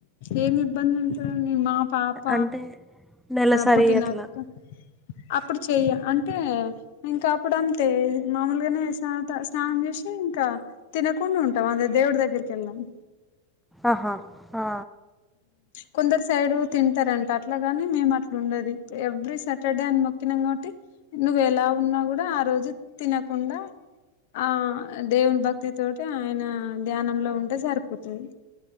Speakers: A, on the left; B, in the centre.
A: ఏమి ఇబ్బంది ఉంటదండి మా పాప
B: అంటే నెలసరి
A: పుట్టినాక
B: అట్లా
A: అప్పుడు చెయ్య అంటే ఇంకా అప్పుడు అంతే మాముూలుగానే స్నానం చేసి ఇంకా తినకుండా ఉంటామ్ దేవుడి దగ్గరికి వెళ్ళాము
B: ఆహా ఆ
A: కొందరు సైడు తింటారంట అట్లాగాని మేము అట్లు ఉండదు ఎవ్రీ సాటర్డే అని మొ తినం కాబట్టి నువ్వు ఎలా ఉన్నా కూడా ఆ రోజు తినకుండా ఆ దేవుని భక్తితోటి ఆయన ధ్యానంలో ఉంటే సరిపోతుంది